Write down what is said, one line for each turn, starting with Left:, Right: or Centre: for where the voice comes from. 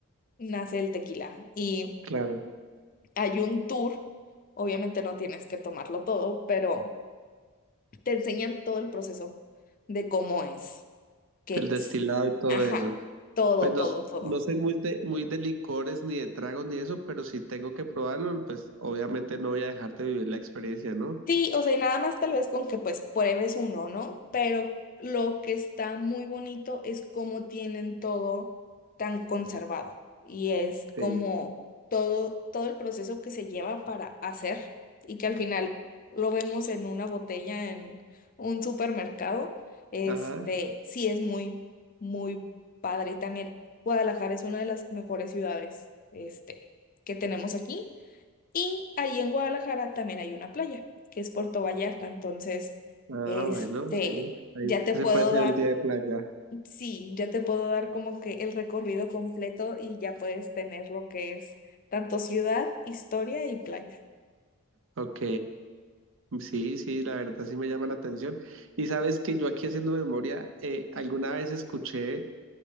Left: nace el tequila. Y
Right: claro.
Left: hay un tour, obviamente no tienes que tomarlo todo, pero te enseñan todo el proceso de cómo es, qué
Right: El destilado
Left: es.
Right: y todo
Left: Ajá,
Right: eso.
Left: todo,
Right: Pues no,
Left: todo,
Right: s-
Left: todo.
Right: no soy muy de, muy de licores ni de tragos ni eso, pero si tengo que probarlo, pues obviamente no voy a dejar de vivir la experiencia, ¿no?
Left: Sí, o sea, y nada más tal vez con que pues pruebes uno, ¿no? Pero lo que está muy bonito es cómo tienen todo tan conservado y es como
Right: Sí.
Left: todo, todo el proceso que se lleva para hacer y que al final lo vemos en una botella en un supermercado, este,
Right: Ajá.
Left: sí es muy, muy padre. Y también Guadalajara es una de las mejores ciudades, este, que tenemos aquí. Y ahí en Guadalajara también hay una playa, que es Puerto Vallarta. Entonces,
Right: Ah,
Left: este,
Right: bueno, sí. Ahí,
Left: ya te
Right: ese
Left: puedo
Right: puede ser
Left: dar,
Right: el día de playa.
Left: sí, ya te puedo dar como que el recorrido completo y ya puedes tener lo que es tanto ciudad, historia y playa.
Right: Ok. Sí, sí, la verdad sí me llama la atención. Y sabes que yo aquí haciendo memoria, eh, alguna vez escuché